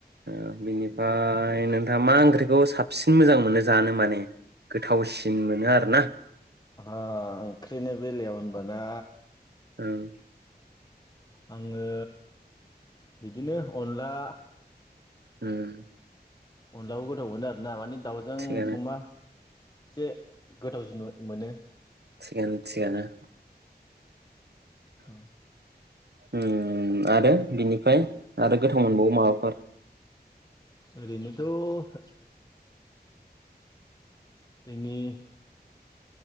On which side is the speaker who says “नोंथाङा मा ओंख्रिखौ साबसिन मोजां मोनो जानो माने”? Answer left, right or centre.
Right